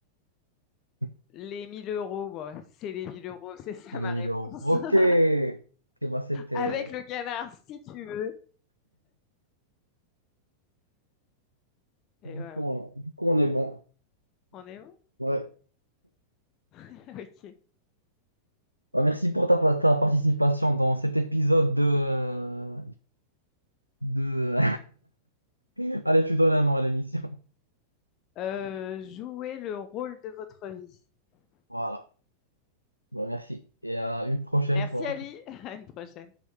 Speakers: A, on the left; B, on the left.
A: <laughs>
B: Les 1000 euros, moi, c'est les 1000 euros, <laughs> c'est ça
A: Allez,
B: ma
A: 1000
B: réponse.
A: euros. Ok.
B: <laughs>
A: Ok, bah, c'était...
B: Avec le canard, si tu veux. Et
A: Du
B: voilà,
A: coup, on... du coup, on est bon.
B: on est bon?
A: Ouais.
B: <laughs> Ok.
A: Bah, Merci pour ta, ta participation dans cet épisode de, euh, de... <laughs> Allez, tu donnes un nom à l'émission.
B: Euh, jouez le rôle de votre vie.
A: Voilà. Bah, merci et à une prochaine
B: Merci
A: fois.
B: Ali, <laughs> à une prochaine.